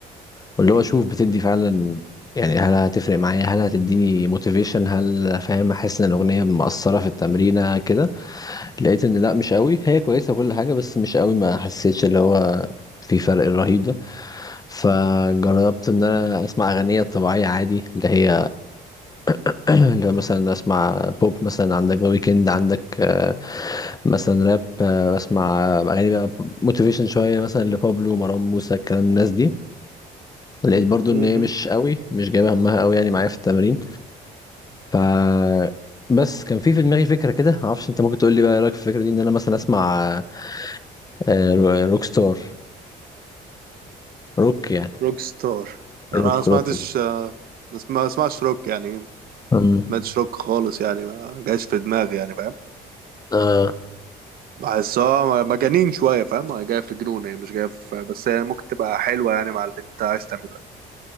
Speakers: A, on the left; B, on the right.
A: واللي هو اشوف بتدي فعلا يعني هل هتفرق معايا هل هتديني موتيفيشن هل فاهم احس ان الاغنيه مأثره في التمرينه كده لقيت ان لا مش قوي هي كويسه كل حاجه بس مش قوي ما حسيتش اللي هو في فرق الرهيب ده فجربت ان انا اسمع اغنيه طبيعيه عادي اللي هي <clears throat> اللي هو مثلا اسمع بوب مثلا عندك ذا ويكند عندك آه، مثلا راب آه، بسمع اغاني بقى موتيفيشن شويه مثلا لبابلو مروان موسى الكلام الناس دي لقيت برضو ان
B: امم
A: هي مش قوي مش جايبه همها قوي يعني معايا في التمرين ف بس كان في في دماغي فكره كده معرفش انت ممكن تقول لي بقى ايه رايك في الفكره دي ان انا مثلا اسمع آه، رو- روك ستار روك يعني
B: روك ستار انا
A: روك
B: ما سمعتش
A: روك
B: آه، ما اسمعش روك يعني
A: امم
B: ماتش روك خالص يعني ما جاش في دماغي يعني فاهم
A: اه
B: بحسها مجانين شويه فاهم هي جايه في جنون هي مش جايه في بس هي ممكن تبقى حلوه يعني مع اللي انت عايز تعمله يعني